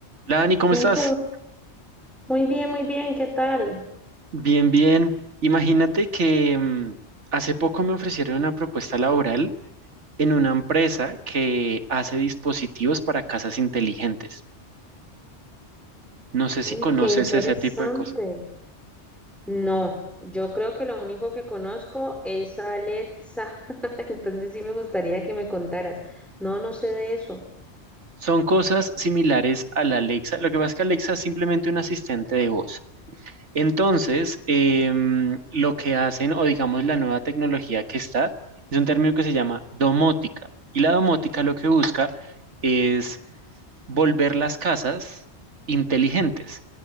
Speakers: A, on the right; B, in the centre.
A: Hola Dani, ¿cómo
B: Nico,
A: estás?
B: muy bien, muy bien, ¿qué tal?
A: Bien, bien. Imagínate que mm, hace poco me ofrecieron una propuesta laboral en una empresa que hace dispositivos para casas inteligentes. No sé
B: Uy,
A: si conoces
B: qué interesante.
A: ese tipo de cosas.
B: No, yo creo que lo único que conozco es a Alexa, <laughs> entonces sí me gustaría que me contaras. No, no sé de eso.
A: Son cosas similares a la Alexa. Lo que pasa es que Alexa es simplemente un asistente de voz. Entonces, em, lo que hacen, o digamos la nueva tecnología que está, es un término que se llama domótica. Y la domótica lo que busca es volver las casas inteligentes.